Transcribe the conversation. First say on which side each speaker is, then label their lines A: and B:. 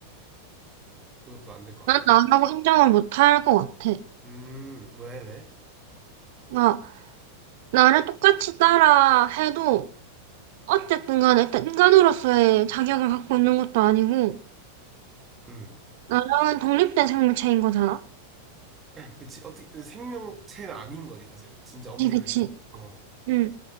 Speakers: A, on the right; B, on the right.
A: 그것도 안 될 것 같아.
B: 난 나라고 인정을 못할 것 같아.
A: 음, 왜, 왜?
B: 나, 나를 똑같이 따라 해도 어쨌든 간에 일단 인간으로서의 자격을 갖고 있는 것도 아니고
A: 음.
B: 나랑은 독립된 생물체인 거잖아.
A: 그치. 어떻게, 생명체는 아닌 거지, 사실. 진짜 엄밀하게
B: 그치, 그치.
A: 보면. 어.
B: 응.